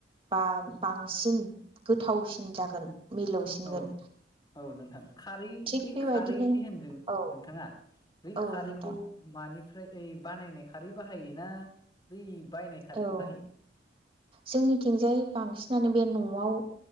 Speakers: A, on the right; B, on the left.
A: बा। बांसिन गोथावसिन जागोन मिलौसिनगोन।
B: औ औ नोंथां खारै
A: थिग
B: बे
A: बेबायदिनो
B: खारै जि होनदों
A: औ
B: नोंथाङा बै
A: औ
B: खारैखौ
A: नोंथां
B: मानिफ्राय ओइ बानायनाय खारै बाहायो ना बै बायनाय खारैखौ
A: औ
B: बाहायो?
A: जोंनिथिंजाय बांसिनानो बे न'आव